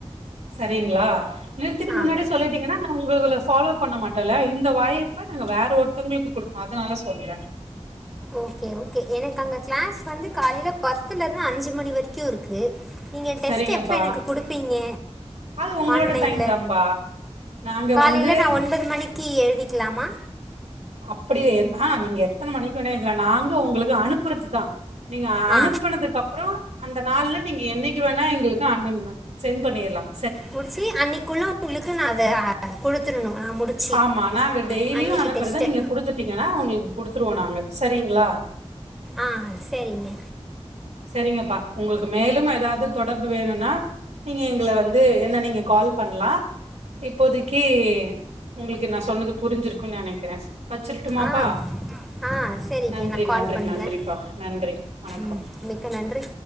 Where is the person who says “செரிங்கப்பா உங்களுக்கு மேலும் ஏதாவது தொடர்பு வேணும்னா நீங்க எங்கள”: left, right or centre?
Right